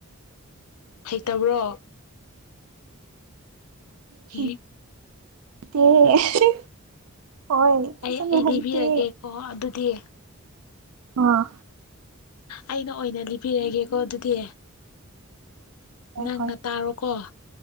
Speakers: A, on the left; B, on the right.
A: ꯍꯩꯇꯕ꯭ꯔꯣ
B: <unintelligible>
A: ꯏ
B: ꯍꯣꯏ ꯐꯖꯅ
A: ꯑꯩ ꯑꯩ
B: ꯍꯩꯇꯦ
A: ꯂꯤꯕꯤꯔꯒꯦꯀꯣ ꯑꯗꯨꯗꯤ
B: ꯑꯥ
A: ꯑꯩꯅ ꯑꯣꯏꯅ ꯂꯤꯕꯤꯔꯒꯦꯀꯣ ꯑꯗꯨꯗꯤ
B: ꯍꯣꯏ
A: ꯅꯪꯅ
B: ꯍꯣꯏ
A: ꯇꯥꯔꯣꯀꯣ